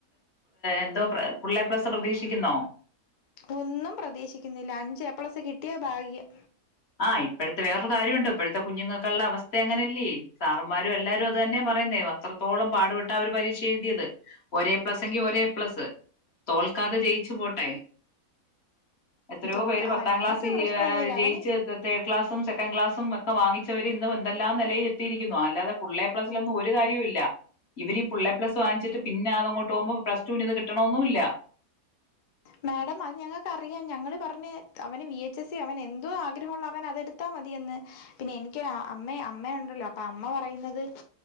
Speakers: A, on the left (about 45°); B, on the left (about 60°).
A: എന്തോ പുള്ളെ എപ്ലസ് പ്രതീക്ഷിക്കുന്നോ
B: ഒന്നും പ്രതീശിക്കുന്നില്ല അഞ്ച് ഏപ്പ്ളസ് കിട്ടിയാ ഭാഗ്യം
A: ആ ഇപ്പോഴത്തെ വേറൊരു കാര്യം ഒണ്ട് ഇപ്പോഴത്തെ കുഞ്ഞുങ്ങക്കുളള അവസ്ഥ അങ്ങനെയല്ലേ സാറുമാരും എല്ലാരും അത് തന്നെ പറയുന്നേ അത്രത്തോളം പാടുപെട്ട്. അവര് പരീക്ഷ എഴുതിയത് ഒരേ പ്ലസ് എങ്കി ഒരേ പ്ലസ് തോൽക്കാതെ ജയിച്ചു പോട്ടെ എത്രയോ
B: തോക്ക
A: പേര്
B: ആഹ്
A: പത്താം
B: ഞങ്ങൾക്ക്
A: ക്ലാസ്സിൽ
B: പ്രശ്ന ഒന്നുല്ല
A: ജയിച്ച്
B: അവന്
A: തേർഡ് ക്ലാസും സെക്കൻഡ് ക്ലാസും ഒക്കെ വാങ്ങിച്ചവര് ഇന്നും എന്തെല്ലാം നിലയിൽ എത്തിയിരിക്കുന്നോ അല്ലാതെ പുള്ളെ പ്ലസ്സിലൊന്നും ഒരു കാര്യ ഇല്ല ഇവര്ഈ പുള്ളള്ളേ പ്ലസ് വാങ്ങിച്ചിട്ട് പിന്നെ അതങ്ങോട്ട് പോകുമ്പോ പ്ലസ് ടുവിന് ഇത് കിട്ടണൊന്നും ഇല്ല
B: മാഡം അത് ഞങ്ങൾക്ക് അറിയാം ഞങ്ങള്പറഞ്ഞ് അവന് വിഎച്ച്എസ് സി അവൻ എന്തോ ആഗ്രഹള്ള അവൻ അതെടുത്താ മതിയന്ന് പിന്നെ എനിക്കൊരു അമ്മ അമ്മയ ഉണ്ടല്ലോ അപ്പൊ അമ്മ പറയുന്നത്